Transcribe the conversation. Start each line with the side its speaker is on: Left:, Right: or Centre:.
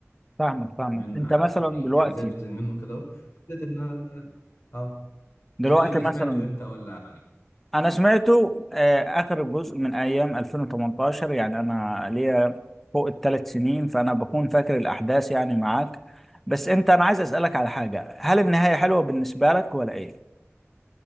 Centre: فاهمك فاهمك
Left: من
Centre: انت
Left: ع-
Centre: مثلا
Left: يعني
Centre: دلوقتي
Left: اجزاء بتنزل منه كده أهو. حسيت ان انا اه
Centre: دلوقتي
Left: انت قول لي
Centre: مثلا
Left: سمعته امتى ولا
Centre: انا سمعته آه اخر جزء من ايام 2018 يعني انا ليا فوق الثلاث سنين فانا بكون فاكر الاحداث يعني معاك بس انت انا عايز اسالك على حاجه هل النهايه حلوه بالنسبه لك ولا ايه؟